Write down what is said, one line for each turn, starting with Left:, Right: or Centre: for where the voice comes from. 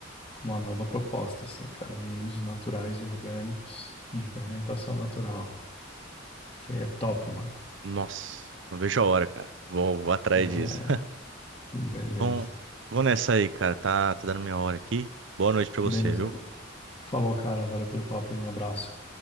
Left: com uma nova proposta, assim, cara, vinhos naturais e orgânicos de fermentação natural. Você é top, mano.
Right: Nossa, não vejo a hora, cara. Vou, vou atrás
Left: É,
Right: disso.
Left: beleza.
Right: Bom, vou nessa aí, cara. Tá, tá dando minha hora aqui. Boa noite pra você,
Left: Beleza,
Right: viu?
Left: irmão. Falou, cara. Valeu pelo papo e um abraço.